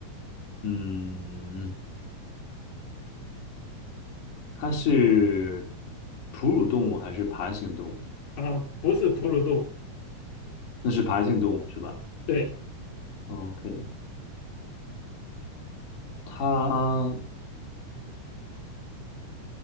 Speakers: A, on the left; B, on the left.
A: 嗯，它是哺乳动物还是爬行动物？
B: 啊，不是哺乳动物，
A: 那是爬行动物是吧
B: 对，
A: ？OK，它